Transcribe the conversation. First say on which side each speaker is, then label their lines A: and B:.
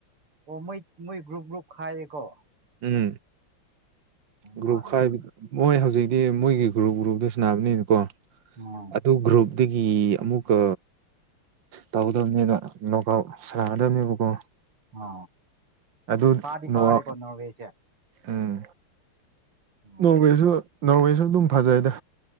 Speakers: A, on the right; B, on the right.
A: ꯑꯣ ꯃꯣꯏ ꯃꯣꯏ ꯒ꯭ꯔꯨꯞ ꯒ꯭ꯔꯨꯞ ꯈꯥꯏꯌꯦꯀꯣ
B: ꯎꯝ ꯒ꯭ꯔꯨꯞ
A: ꯃꯥꯜꯂꯦ
B: ꯈꯥꯏꯕ
A: ꯈꯪꯗꯦ
B: ꯃꯣꯏ ꯍꯧꯖꯤꯛ ꯗꯤ ꯃꯣꯏꯒꯤ ꯒ꯭ꯔꯨꯞ ꯒ꯭ꯔꯨꯞꯇ ꯁꯅꯕꯅꯤꯅꯀꯣ
A: ꯎꯝ
B: ꯑꯗꯨ ꯒ꯭ꯔꯨꯞ ꯗꯒꯤ ꯑꯃꯨꯛꯀ ꯇꯧꯗꯕꯅꯦꯗ ꯅꯣꯛꯑꯥꯎꯠ ꯁꯥꯟꯅꯒꯗꯕꯅꯦꯕꯀꯣ
A: ꯑ
B: ꯑꯗꯨ
A: ꯀꯥꯗꯤ
B: ꯅꯣꯛꯑꯥꯎꯠ
A: ꯀꯥꯔꯦ ꯀꯣ ꯅꯣꯔꯋꯦꯁꯦ
B: ꯎꯝ
A: ꯑꯣ
B: ꯅꯣꯔꯋꯦꯁꯨ ꯅꯣꯔꯋꯦꯁꯨ ꯑꯗꯨꯝ ꯐꯖꯩꯗ